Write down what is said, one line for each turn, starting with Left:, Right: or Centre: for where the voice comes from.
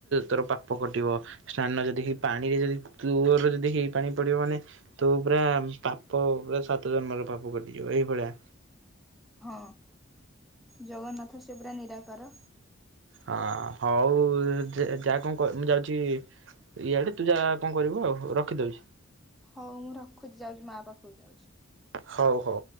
Right: ତୋର ପାପ କଟିବ। ସ୍ନାନ ଯଦି ଏହି ପାଣି ରେ ଯଦି ତୂର ଯଦି ହେଇ ପାଣି ପଡିବ ମାନେ ତୁ ପୁରା ପାପ ପୁରା ସାତ ଜନ୍ମର ପାପ କଟିଯିବ ଏହିଭଳିଆ।
Centre: ହଁ, ଜଗନ୍ନାଥ ସେ ପୁରା ନିରାକର।
Right: ହଁ, ହଉ ଯା କଣ କ ମୁଁ ଯାଉଚି ଇଆଡେ ତୁ ଯା କଣ କରିବୁ ଆଉ ରଖିଦଉଚି।
Centre: ହଉ ମୁଁ ରଖୁଚି ଯାଉଚି ମା ପାଖୁକୁ ଯାଉଚି।
Right: ହଉ ହଉ।